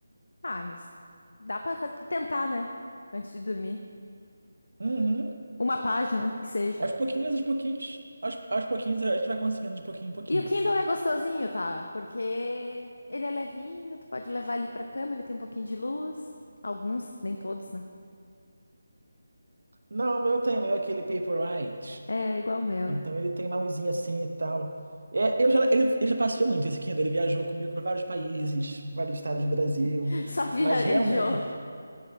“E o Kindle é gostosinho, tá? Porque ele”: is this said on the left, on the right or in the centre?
Left